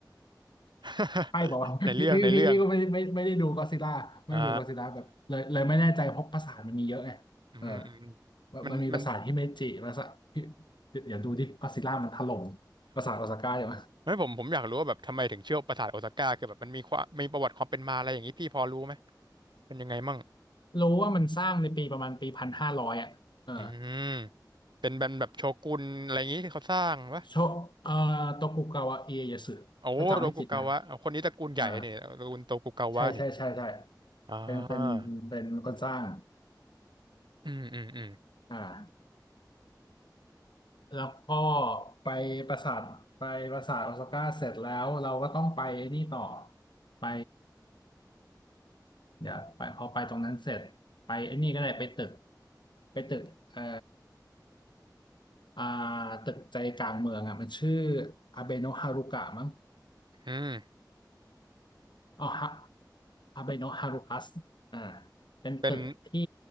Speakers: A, on the right; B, on the left.
A: <laughs>
B: ไอ้บอกว่า <laughs>
A: ในเรื่องในเรื่อง
B: พี่พี่พี่พี่ก็ไม่ไม่ไม่ได้ดูก o d ซิล l ่าไม่ได้ดูก
A: อ่า
B: o d ซิล l ่าแบบเลยเลยไม่แน่ใจเพราะปราสาทมันมีเยอะไงเออ
A: อืมอืม
B: ว่ามันมีปราสาทฮิเมจิปราสาทพี่
A: มันมัน
B: เดี๋ยวดูดิก o d ซิล l ่ามันถล่มปราสาทโอซาก้าอยู่
A: ไม่ผมผมอยากรู้ว่าแบบทำไมถึงเชื่อปราสาทโอซาก้าคือแบบมันมีความมีประวัติความเป็นมาอะไรอย่างนี้พี่พอรู้ไหมเป็นยังไงมั่ง
B: รู้ว่ามันสร้างในปีประมาณปีพันห้าร้อยอ่ะเออ
A: อืมเป็นแบบแบบโชกุนอะไรอย่างนี้ที่เขาสร้างวะ
B: โชเอ่อโตกุกาวะเอีเยสึถ้าจำไม่ผิดนะ
A: โอ้โตกุกาวะเอาคนนี้ตระกูลใหญ่นี่ตระกูลโตกุกาวะนี่
B: เออใช่ใช่ใช่ใช่
A: อ่า
B: เป็นเป็นเป็นคนสร้าง
A: อืมอืมอืม
B: อ่าแล้วก็ไปปราสาทไปปราสาทโอซาก้าเสร็จแล้วเราก็ต้องไปนี่ต่อไปเดี๋ยวไปพอไปตรงนั้นเสร็จไปไอ้นี่ก็ได้ไปตึกไปตึกเอ่ออ่าตึกใจกลางเมืองอ่ะมันชื่ออาเบโนะฮารุกะมั้ง
A: อืม
B: อ๋อฮะฮาเบโนะฮารุคัสอ่าเป็นตึกที่
A: เป็น